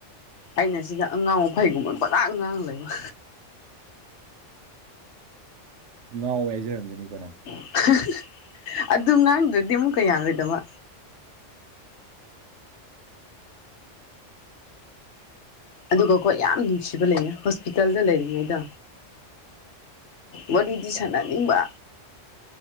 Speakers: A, on the left; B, on the right.
A: ꯑꯩꯅ ꯁꯤꯗ ꯑꯉꯥꯡꯕꯩꯒꯨꯝꯕ ꯄꯨꯖꯥ ꯉꯥꯡ ꯂꯩꯕ
B: ꯉꯥꯎꯦ ꯍꯥꯏꯖꯔꯝꯖꯅꯤꯀꯣ ꯅꯪ
A: <inaudible> ꯑꯗꯨ ꯉꯥꯡꯗ꯭ꯔꯗꯤ ꯑꯃꯨꯛ ꯀꯌꯥꯔꯣꯏꯗꯕ ꯑꯗꯨꯒꯀꯣ ꯌꯥꯝ ꯅꯨꯡꯁꯤꯕ ꯂꯩꯌꯦ ꯍꯣꯁꯄꯤꯇꯥꯜꯗ ꯂꯩꯔꯤꯉꯩꯗ ꯋꯥꯔꯤꯗꯤ ꯁꯥꯟꯅꯅꯤꯡꯕ